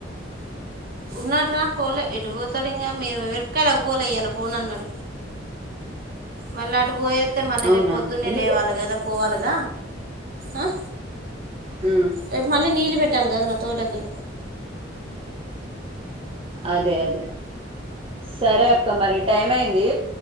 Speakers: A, on the right (about 55°); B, on the right (about 30°).
A: ఉన్నాడు రా పోలే ఎటుపోతాడు ఇంకా మే మిరపకాయలకి పోలే ఇయ్యాల పోను అన్నాడు మళ్ళీ అటు పోయొత్తే మళ్ళీ
B: అవునా
A: రేపు పొద్దున్నే
B: ఎందుకు
A: లేవాలి కదా పోవాలిగ ఆ
B: ఉమ్
A: రేపు మళ్ళీ నీళ్ళు పెట్టాలి కదరా తోటకి
B: అదే అదే సరే అక్క మరి టైం అయింది